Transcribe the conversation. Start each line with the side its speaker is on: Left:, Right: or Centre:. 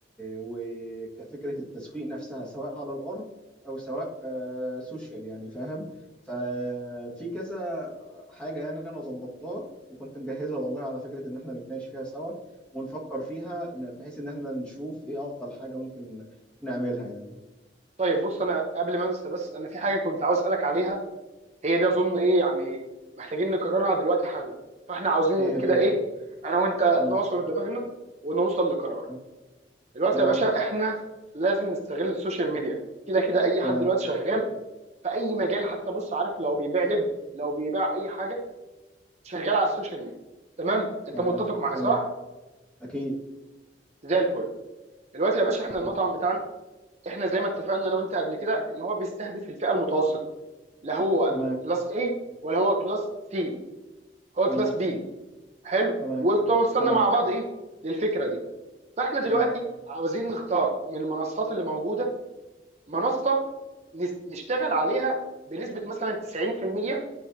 Centre: وكفكرة التسويق نفسها سواء على الأرض أو سواء آه، سوشيال يعني فاهم ففي كذا حاجة يعني أنا ظبطتها وكنت مجهزها والله على فكرة إن إحنا نتناقش فيها سوا ونفكر فيها ن- بحيث ان احنا نشوف ايه افضل حاجة ممكن نعملها يعني
Right: طيب بص انا قبل ما انسى بس انا في حاجه كنت عاوز اسالك عليها هي دي اظن ايه يعني محتاجين نقررها دلوقتي حالا فاحنا عاوزين
Centre: ايه هي
Right: كده ايه
Centre: طيب
Right: انا وانت
Centre: مم.
Right: نعصر دماغنا ونوصل لقرار
Centre: آه.
Right: دلوقتي
Centre: تمام
Right: يا باشا احنا لازم نستغل السوشيال ميديا كده كده اي حد
Centre: تمام
Right: دلوقتي شغال في اي مجال حتى بص عارف لو بيبيع لب لو بيبيع اي حاجه شغال على السوشيال ميديا تمام انت
Centre: تمام
Right: متفق معايا
Centre: تمام
Right: صح
Centre: اكيد
Right: زي الفل دلوقتي يا باشا احنا المطعم
Centre: مم.
Right: بتاعنا احنا زي ما اتفقنا انا وانت قبل كده ان هو بيستهدف الفئه المتوسطه لا هو
Centre: تمام
Right: كلاس A ولا هو كلاس C هو
Centre: تمام
Right: كلاس B حلو
Centre: تمام
Right: وتوصلنا
Centre: تمام
Right: مع بعض ايه للفكره دي فاحنا دلوقتي
Centre: تمام
Right: عاوزين نختار من المنصات اللي موجوده منصه نس- نشتغل عليها بنسبه مثلا 90%